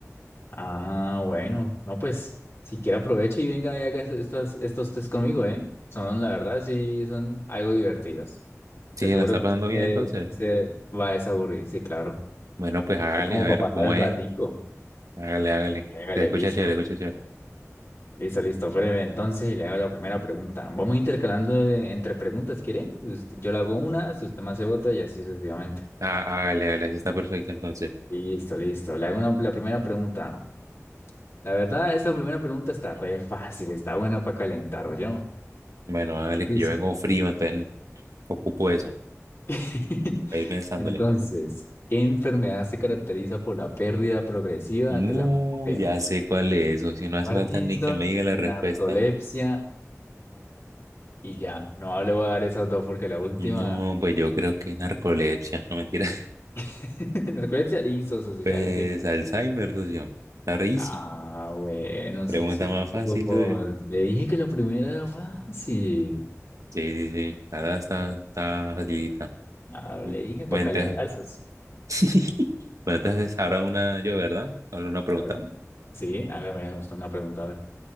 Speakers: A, on the left; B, on the right.
A: Ah, bueno, no, pues si quiere aproveche y venga y haga estos, estos test conmigo, ¿eh? Son, la verdad, sí, son algo divertidos.
B: Sí,
A: Te aseguro
B: ¿la está
A: que
B: pasando
A: usted
B: bien entonces?
A: sí se va a desaburrir, sí, claro.
B: Bueno, pues hágale,
A: Es como
B: a ver
A: para
B: cómo
A: pasar el
B: es.
A: ratico.
B: Hágale, hágale.
A: Pégale,
B: Se escucha
A: listo.
B: chévere, escucha chévere.
A: Listo, listo. Breve, entonces y le hago la primera pregunta. Vamos intercalando eh, entre preguntas, ¿quiere? Usted- Yo le hago una, si usted me hace otra y así sucesivamente.
B: Ah, hágale, hágale, así está perfecto entonces.
A: Listo, listo. Le hago una- la primera pregunta. La verdad, esta primera pregunta está re fácil, está buena para calentar, ¿oyó?
B: Bueno, hágale,
A: Dicen.
B: que yo vengo frío, entonces ocupo eso,
A: <laughs>
B: para ir pensándole.
A: Entonces, ¿qué enfermedad se caracteriza por la pérdida progresiva
B: No,
A: de la memoria?
B: ya sé cuál es, o si no hace
A: Parkinson,
B: falta ni que me diga la respuesta.
A: narcolepsia y ya. No le voy a dar esas dos porque la última.
B: No, pues yo creo que es narcolepsia, no mentira.
A: <laughs> Narcolepsia le hizo eso, ya
B: Pues
A: estoy.
B: Alzheimer, socio. Está re easy.
A: Ah, bueno,
B: Pregunta
A: sí, supo.
B: más fácil,
A: pues,
B: socio.
A: Le dije que la primera era fácil.
B: Sí, sí, sí. Ahora está, está facilita.
A: Ah,
B: Mm.
A: le dije
B: Bueno,
A: para calentarse.
B: entonces,
A: sí.
B: <laughs> bueno, entonces ahora una yo, ¿verdad? Ahora una pregunta.
A: A ver. Sí, a ver, me gustó una pregunta. A ver.